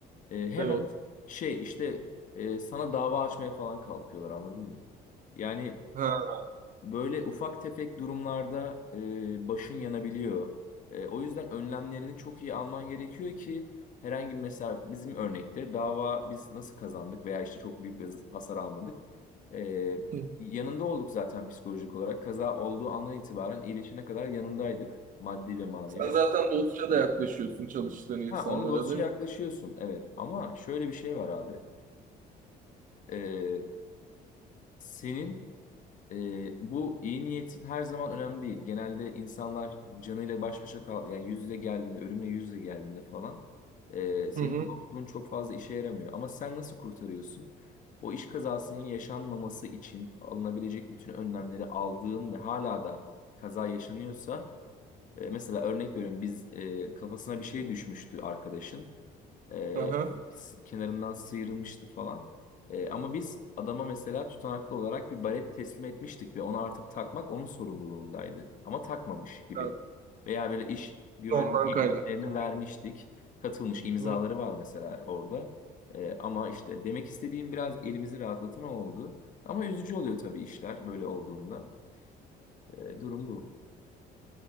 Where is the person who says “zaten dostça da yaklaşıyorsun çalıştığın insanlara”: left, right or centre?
Right